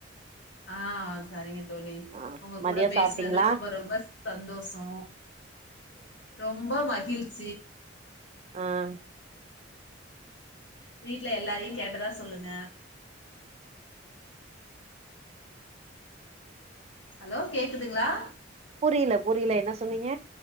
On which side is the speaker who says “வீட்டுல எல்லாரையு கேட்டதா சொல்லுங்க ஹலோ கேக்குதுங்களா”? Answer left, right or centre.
Left